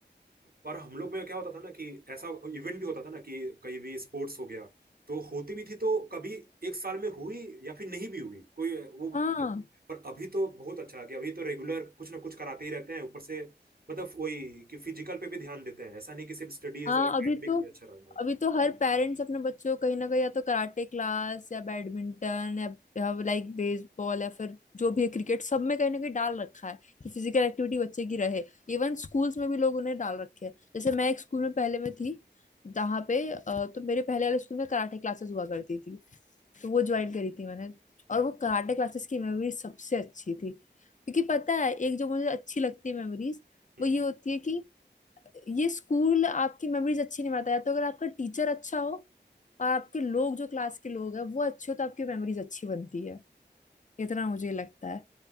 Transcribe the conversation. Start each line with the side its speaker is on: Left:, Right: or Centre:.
Right: पर हम लोग में क्या होता था ना कि ऐसा इवेंट भी होता था ना कि कहीं भी स्पोर्ट्स हो गया तो होती भी थी तो कभी एक साल में हुई या फिर नहीं भी हुई कोई वो
Left: हाँ
Right: पर अभी तो बहुत अच्छा है कि अभी तो रेगुलर कुछ ना कुछ कराते ही रहते हैं ऊपर से मतलब वही कि फिजिकल पे भी ध्यान देते हैं ऐसा नहीं कि सिर्फ स्टडीज
Left: हाँ
Right: और एकेडमिक
Left: अभी तो
Right: में अच्छा रहना है
Left: अभी तो हर पेरेंट्स अपने बच्चों को कहीं ना कहीं या तो कराटे क्लास या बैडमिंटन या, या लाइक बेसबॉल या फिर जो भी है क्रिकेट सब में कहीं ना कहीं डाल रखा है कि फिजिकल एक्टिविटी बच्चे की रहे इवन स्कूल्स में भी लोग उन्हें डाल रखे हैं जैसे मैं एक स्कूल में पहले में थी जहाँ पे अ, तो मेरे पहले वाले स्कूल में कराटे क्लासेस हुआ करती थी तो वो ज्वाइन करी थी मैंने और वो कराटे क्लासेस की मेमोरी सबसे अच्छी थी क्योंकि पता है एक जो मुझे अच्छी लगती है मेमोरीज
Right: हम्म
Left: वो ये होती है कि ये स्कूल आपकी मेमोरीज अच्छी नहीं बनाता है तो अगर आपका टीचर अच्छा हो और आपके लोग जो क्लास के लोग हैं वो अच्छे हो तो आपकी मेमोरीज अच्छी बनती है इतना मुझे लगता है